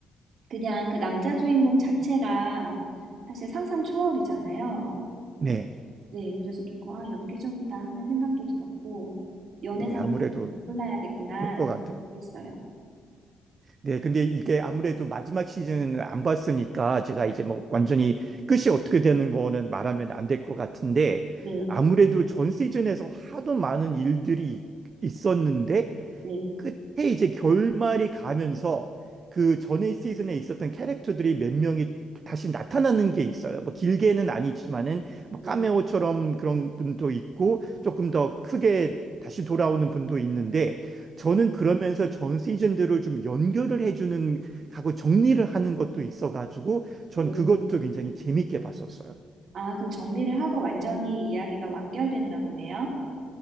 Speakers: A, on the right (about 60°); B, on the right (about 40°).
A: 그냥 그 남자 주인공 자체가 사실 상상 초월이잖아요.
B: 네.
A: 네, 그래서 조금 아, 엽기적이다 하는 생각도 들었고 연애상도
B: 네, 아무래도
A: 잘 골라야겠구나라는
B: 그럴 것 같아요.
A: 생각도 했어요.
B: 네, 근데 이게 아무래도 마지막 시즌은 안 봤으니까 제가 이제 뭐 완전히 끝이 어떻게 되는 거는 말하면 안 될 것 같은데
A: 네.
B: 아무래도 전 시즌에서 하도 많은 일들이 있었는데
A: 네,
B: 끝에 이제 결말이 가면서 그 전에 시즌에 있었던 캐릭터들이 몇 명이 다시 나타나는 게 있어요. 뭐 길게는 아니지만은 뭐
A: 네,
B: 카메오처럼 그런 분도 있고 조금 더 크게 다시 돌아오는 분도 있는데 저는 그러면서 전 시즌들을 좀 연결을 해주는 하고 정리를 하는 것도 있어가지고 전
A: 네,
B: 그것도
A: 네.
B: 굉장히 재밌게 봤었어요.
A: 아, 그럼 정리를 하고 완전히 이야기가 완결됐나 보네요.